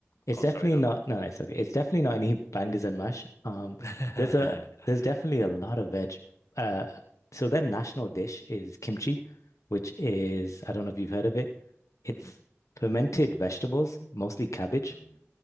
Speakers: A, on the left; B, on the left.
A: It's
B: Go
A: definitely
B: on, sorry, no,
A: not
B: go on.
A: no, no, it's okay. It's definitely not any bangers and mash. Um
B: <laughs>
A: there's a there's definitely a lot of veg. Uh so their national dish is kimchi, which is I don't know if you've heard of it. It's
B: hmm
A: fermented vegetables, mostly cabbage
B: Mm-hmm.